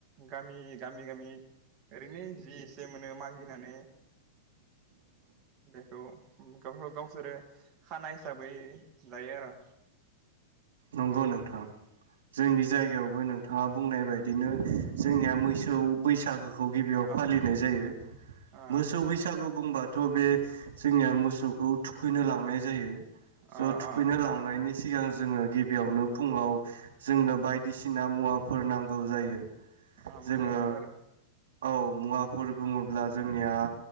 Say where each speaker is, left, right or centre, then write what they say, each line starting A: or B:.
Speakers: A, on the right; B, on the right.
A: गामि गामि गामि ओरैनो जि एसे मोनो मागिनानै बेखौ उम गावबा गावसोरो खाना हिसाबै जायो आरो।
B: नंगौ नोंथां। जोंनि जाय गायावबो नों थाङा बुंनाय बायदिनो जोंनिया मोसौ बैसागोखौ गिबियाव फालिनाय
A: अ
B: जायो।
A: अ
B: मोसौ बैसागो बुंबा थ' बे जोंनिया मोसौखौ थुखैनो लांनाय जायो।
A: अ
B: स' थुखैनो
A: अ
B: लांनायनि सिगां जोङो गिबियावनो फुंङाव जोंनो बायदिसिना मुवाफोर नां‌ गौ जायो।
A: ओ
B: जोङो
A: मुवाफोर
B: औ मुवाफोर बुङोब्ला जों निया